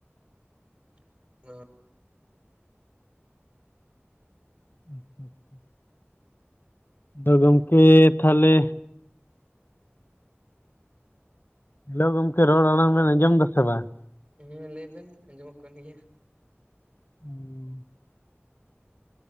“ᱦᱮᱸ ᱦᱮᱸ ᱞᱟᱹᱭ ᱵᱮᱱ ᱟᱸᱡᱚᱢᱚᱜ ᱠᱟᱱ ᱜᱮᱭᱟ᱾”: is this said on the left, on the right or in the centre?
Right